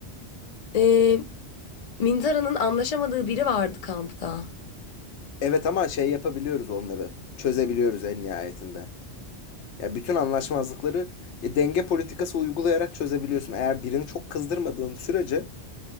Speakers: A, on the left; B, on the left.
A: Ee, Mintara'nın anlaşamadığı biri vardı kampta.
B: Evet ama şey yapabiliyoruz onları. Çözebiliyoruz en nihayetinde. Ya bütün anlaşmazlıkları e, denge politikası uygulayarak çözebiliyorsun. Eğer birini çok kızdırmadığın sürece